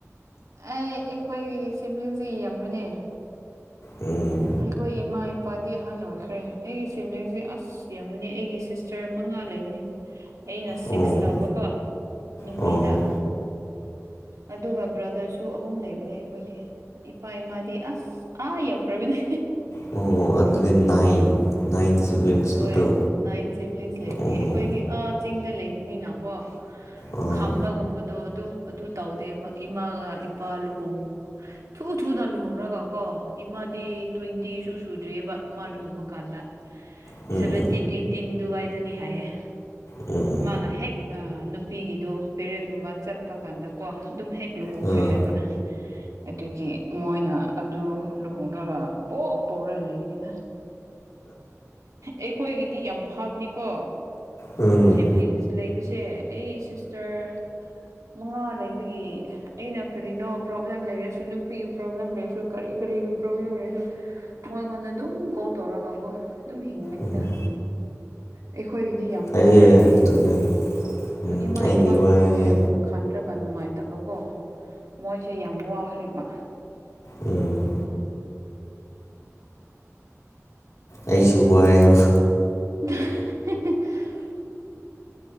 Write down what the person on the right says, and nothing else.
ꯑꯩ ꯑꯩꯈꯣꯏꯒꯤ ꯁꯤꯕꯂꯤꯡꯁꯦ ꯌꯝꯃꯦꯅꯦ
ꯑꯩꯈꯣꯏ ꯏꯃꯥ ꯏꯄꯥꯗꯤ ꯑꯍꯟ ꯑꯣꯏꯈ꯭ꯔꯦ ꯑꯩꯒꯤ ꯁꯤꯕ꯭ꯂꯤꯡꯁꯦ ꯑꯁ ꯏꯁ ꯌꯥꯝꯃꯦꯅꯦ ꯑꯩꯒꯤ ꯁꯤꯁꯇ꯭ꯔ ꯃꯉꯥ ꯂꯩꯕꯅꯦ ꯑꯩꯅ
ꯁꯤꯛꯁ ꯇꯥꯕꯀꯣ ꯅꯨꯄꯤꯗ
ꯑꯗꯨꯒ ꯕ꯭ꯔꯗꯔꯁꯨ ꯑꯍꯨꯝ ꯂꯩꯕꯅꯦ ꯑꯩꯈꯣꯏꯗꯤ ꯏꯄꯥ ꯏꯃꯥꯗꯤ ꯑꯁ ꯑꯥ ꯌꯧꯈ꯭ꯔꯕꯅꯦ
ꯍꯣꯏ
ꯅꯥꯏꯟ ꯁꯤꯕꯂꯤꯡꯁ ꯂꯩꯕꯅꯦ
ꯑꯩꯈꯣꯏꯗꯤ ꯑꯥ ꯆꯤꯡꯗ ꯂꯩꯕꯅꯤꯅꯀꯣ
ꯈꯝꯕꯒꯨꯝꯕꯗꯣ ꯑꯗꯨ ꯑꯗꯨ ꯇꯧꯗꯦꯕ ꯏꯃꯥꯒ ꯏꯄꯥ ꯂꯨꯍꯣꯡ ꯊꯨ ꯊꯨꯅ ꯂꯨꯍꯣꯡꯔꯒ ꯀꯣ ꯏꯃꯥꯗꯤ ꯇ꯭ꯋꯦꯟꯇꯤꯁꯨ ꯁꯨꯗ꯭ꯔꯤꯌꯦꯕ ꯃꯥ ꯂꯨꯍꯣꯡꯕ ꯀꯥꯟꯗ
ꯁꯚꯦꯟꯇꯤꯟ ꯑꯦꯠꯇꯤꯟ ꯑꯗꯨꯋꯥꯏꯗꯅꯤ ꯍꯥꯏꯌꯦ
ꯃꯥꯅ ꯍꯦꯛ ꯅꯨꯄꯤꯒꯤꯗꯣ ꯄꯦꯔꯦꯠꯒꯨꯝꯕ ꯆꯠꯄ ꯀꯥꯟꯗꯀꯣ ꯑꯗꯨꯝ ꯍꯦꯛ ꯂꯨꯍꯣꯡꯈ꯭ꯔꯦ
ꯍꯥꯏꯕ ꯑꯗꯨꯒꯤ ꯃꯣꯏꯅ ꯑꯗꯨ ꯂꯨꯍꯣꯡꯔꯒ ꯄꯣꯛ ꯄꯣꯛꯔꯥ ꯂꯩꯕꯅꯤꯗ ꯑꯩꯈꯣꯏꯒꯤꯗꯤ ꯌꯥꯝ ꯐꯕꯅꯤꯀꯣ
ꯁꯤꯕ꯭ꯂꯤꯡꯁ ꯂꯩꯕꯁꯦ ꯑꯩ ꯁꯤꯁꯇꯔ ꯃꯉꯥ ꯂꯩꯕꯒꯤ ꯑꯩꯅ ꯀꯔꯤꯅꯣ ꯄ꯭ꯔꯣꯕ꯭ꯂꯦꯝ ꯂꯩꯔꯁꯨ ꯅꯨꯄꯤꯒꯤ ꯄ꯭ꯔꯣꯕ꯭ꯂꯦꯝ ꯂꯩꯔꯁꯨ ꯀꯔꯤ ꯀꯔꯤꯒꯤ ꯄ꯭ꯔꯣꯕ꯭ꯂꯦꯝ ꯂꯩꯔꯁꯨ ꯃꯣꯏꯉꯣꯟꯗ ꯑꯗꯨꯝ ꯀꯣꯜ ꯇꯧꯔꯒꯀꯣ ꯑꯗꯨꯝ ꯍꯤꯡꯕꯅꯤꯗ
ꯑꯩꯈꯣꯏꯒꯤꯗꯤ ꯌꯥꯝ
ꯐꯩ
ꯑꯗꯨ
ꯏꯃꯥ
ꯏꯄꯥꯒꯤꯗꯤ
ꯈꯦꯟ ꯈꯟꯗ꯭ꯔꯒ ꯅꯨꯡꯉꯥꯏꯇꯕꯀꯣ ꯃꯣꯏꯁꯦ ꯌꯥꯝ ꯋꯥꯈ꯭ꯔꯦꯕ
<unintelligible>